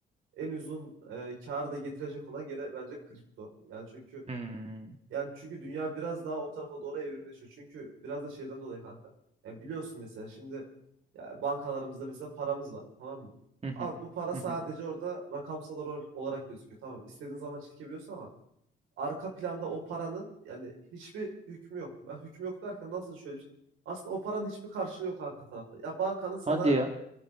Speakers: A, on the right (about 85°); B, on the right (about 30°).
A: en uzun e, karı da getirecek olan gene bence kripto. Yani çünkü
B: Hmm.
A: yani çünkü dünya biraz daha o tarafa doğru evrimleşiyor. Çünkü biraz da şeyden dolayı kanka. Ya biliyorsun mesela şimdi ya bankalarımızda mesela paramız var tamam mı?
B: Hı hı.
A: Abi bu para sadece
B: Hı hı.
A: orada rakamsal olarak, olarak gözüküyor. Tamam istediğin zaman çekebiliyorsun ama arka planda o paranın yani hiçbir hükmü yok. Ben hükmü yok derken nasıl şöyle bir şey? Aslında o paranın hiçbir karşılığı yok arka tarafta. Ya bankanın sana
B: Hadi ya.